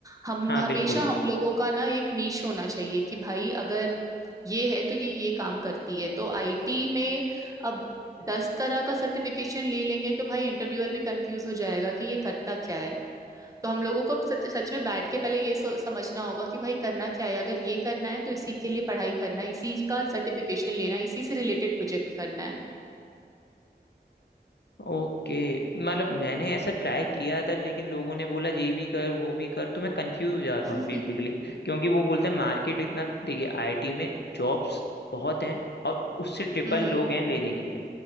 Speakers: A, on the right; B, on the left.
A: हम
B: हाँ
A: हमेशा
B: बिल्कुल
A: हम लोगों का ना एक नीश होना चाहिए कि भाई अगर ये है तो ये ये काम करती है तो आईटी में अब दस तरह का सर्टिफिकेशन ले लेंगे तो भाई इंटरव्यूअर भी कंफ्यूज हो जाएगा कि ये करता क्या है तो हम लोगों को सच, सच में बैठ के पहले ये सो- समझना होगा कि भाई करना क्या है अगर ये करना है तो इसी के लिए पढ़ाई करना है इसी का सर्टिफिकेशन लेना है इसी से रिलेटेड प्रोजेक्ट करना
B: ओके मतलब मैंने ऐसा ट्राई किया था लेकिन लोगों ने बोला ये भी कर वो भी कर तो मैं कंफ्यूज हो जाता हूँ
A: है
B: बेसिकली
A: <laughs>
B: क्योंकि वो बोलते हैं मार्केट इतना देखिए आईटी में जॉब्स बहुत हैं और उससे ट्रिपल
A: हम्म
B: लोग
A: हम्म,
B: हैं लेने के लिए